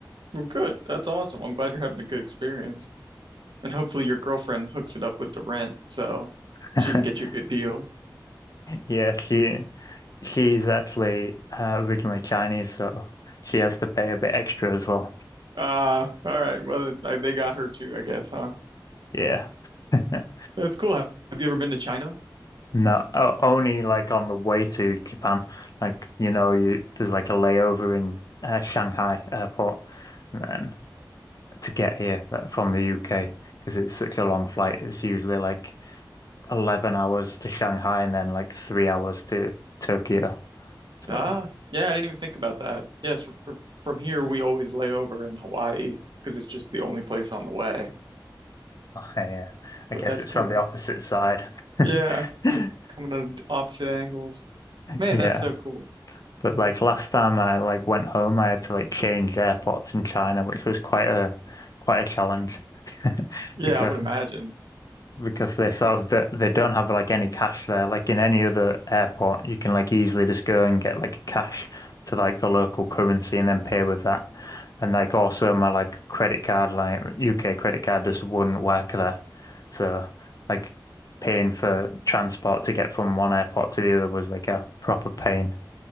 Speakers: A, on the right; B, on the left.
A: Well, good. That's awesome. I'm glad you're having a good experience. And hopefully your girlfriend hooks it up with the rent so
B: <laughs>
A: she can get you a good deal.
B: Yeah, she she's actually uh, originally Chinese, so she has to pay a bit extra as well.
A: Uh, all right. Well, I, they got her too, I guess, huh?
B: Yeah. <laughs>
A: That's cool. Have you ever been to China?
B: No, o- only like on the way to Japan. Like, you know, you there's like a layover in uh, Shanghai airport. and to get here uh, from the UK because it's such a long flight. It's usually like 11 hours to Shanghai and then like three hours to Tokyo. So
A: Ah, yeah, I didn't even think about that. Yes, from, from here we always lay over in Hawaii because it's just the only place on the way.
B: <laughs> yeah, I
A: But
B: guess
A: that's
B: it's
A: cool.
B: from the opposite side.
A: Yeah,
B: <laughs>
A: we're coming at opposite angles. Man,
B: Yeah.
A: that's so cool.
B: But like last time I like went home, I had to like change airports in China, which was quite a quite a challenge <laughs>
A: Yeah,
B: because
A: I would imagine.
B: because they sort of they, they don't have like any cash there. Like in any other airport, you can like easily just go and get like cash to like the local currency and then pay with that. And like also my like credit card, like UK credit card just wouldn't work there. So like paying for transport to get from one airport to the other was like a proper pain.